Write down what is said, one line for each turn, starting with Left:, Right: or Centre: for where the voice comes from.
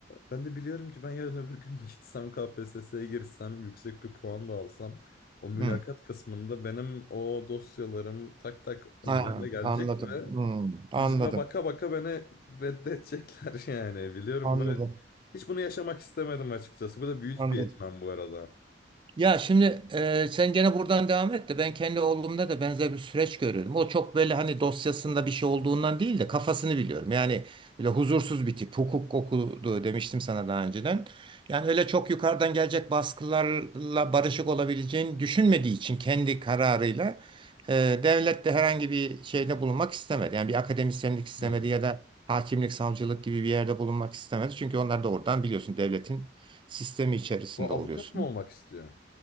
Left: ben de biliyorum ki ben yarın öbür gün <laughs> gitsem KPSS'ye girsem yüksek bir puan da alsam o mülakat
Right: hı.
Left: kısmında benim o dosyalarım tak tak önlerine
Right: Ha,
Left: gelecek
Right: anladım.
Left: ve
Right: Hmm, anladım.
Left: yüzüme baka baka beni reddedecekler <laughs> yani biliyorum
Right: Anladım.
Left: ve hiç bunu yaşamak istemedim açıkçası. Bu da büyük
Right: Anladım.
Left: bir etmen bu arada.
Right: Ya şimdi e, sen gene buradan devam et de ben kendi oğlumda da benzer bir süreç görüyorum. O çok böyle hani dosyasında bir şey olduğundan değil de kafasını biliyorum. Yani böyle huzursuz bir tip. Hukuk okudu demiştim sana daha önceden. Yani öyle çok yukarıdan gelecek baskılarla barışık olabileceğini düşünmediği için kendi kararıyla e, devlet de herhangi bir şeyde bulunmak istemedi. Yani bir akademisyenlik istemedi
Left: Hmm.
Right: ya da hakimlik, savcılık gibi bir yerde bulunmak istemedi. Çünkü onlar da oradan biliyorsun devletin sistemi içerisinde
Left: O avukat
Right: oluyorsun.
Left: mı olmak istiyor?